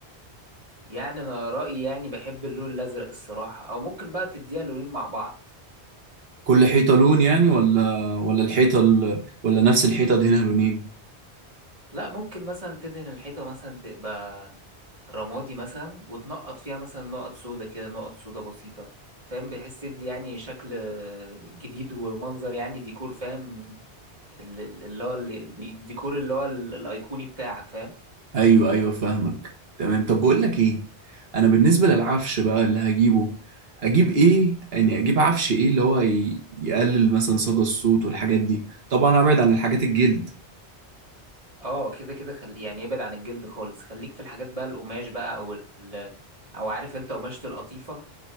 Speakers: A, on the right; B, on the right.
A: يعني انا رايي يعني بحب اللون الازرق الصراحه او ممكن بقى تديها لونين مع بعض
B: كل حيطة لون يعني ولا ولا الحيطة ال... ولا نفس الحيطة دهنها لونين
A: لا ممكن مثلا تدهن الحيطه مثلا تبقى رمادي مثلا وتنقط فيها مثلا نقط سودا كده نقط سودا بسيطه فاهم بحيث تدي يعني شكل جديد ومنظر يعني ديكور فاهم ال- ال- اللي هو ال- الديكور اللي هو ال- الايقوني بتاعك فاهم
B: ايوه ايوه فاهمك تمام طب بقول لك ايه انا بالنسبة للعفش بقى اللي هجيبه اجيب ايه يعني اجيب عفش ايه اللي هو ي... يقلل مثلا صدى الصوت والحاجات دي طبعا ابعد عن الحاجات الجلد
A: اه كده كده خل... يعني ابعد عن الجلد خالص خليك في الحاجات بقى القماش بقى او ال... او عارف انت قماشة القطيفة